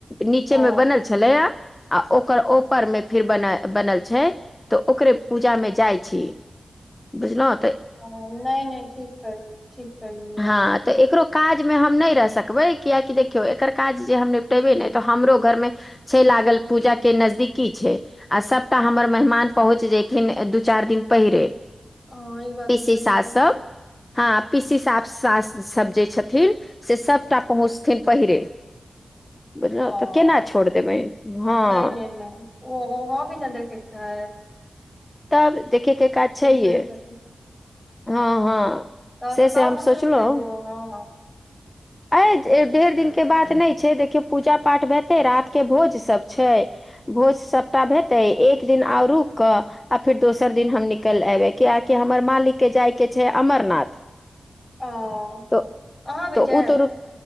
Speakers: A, on the left (about 20°); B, in the centre.
A: नीचे
B: ओ
A: मे बनल छलैया। आ ओकर ओपर मे फिर बन बनल छै। तऽ ओकरे पूजा मे जाइ छी बुझलहु।
B: नहि नहि ठीक कर ठीक कर लियए
A: हँ
B: अ
A: तऽ एकरो काज मे हम नहि रह सकबै कियकि देखियौ एकर काज जे हम निपटेबे ने तऽ हमरो घर मे छै लागल पूजा के नजदीकी छै आ सबटा हमर मेहमान पहुँच जयथिन दू चारि दिन पहिरे।
B: हँ ई बात
A: पीसी
B: तऽ सही
A: सास
B: कहै छी।
A: सब हँ पीसी साफ सास से सभ जे छथिन से सभटा पहुँचथिन पहिरे। बुझलहु
B: ओ
A: तऽ केना छोड़ देबै हँ
B: नहि नहि नहि ओहो हमही देने ठीक है।
A: तब देखैके काज छैहे?
B: प्लेट हेतै
A: हँ हँ
B: तऽ
A: से से
B: कब
A: हम सोचलहुँ
B: घुर के एबौ अहाँ
A: अइ ढेर दिन के बात नहि छै देखियौ पूजा पाठ हेतै रात के भोज सब छै भोज सबटा भेतै एक दिन आ रुक कऽ आ फिर दोसर दिन हम निकल एबे किआकि हमर मालिक के जाय के छै अमरनाथ।
B: ओ
A: तऽ
B: अहाँ भी
A: तऽ
B: जायब?
A: ओ तो रुक